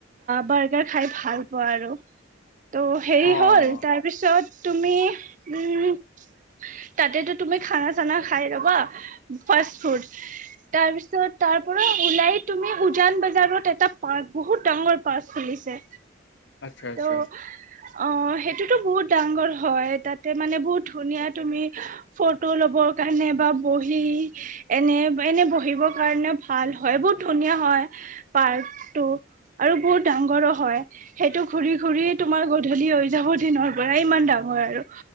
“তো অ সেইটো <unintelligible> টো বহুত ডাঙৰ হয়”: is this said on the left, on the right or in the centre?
Right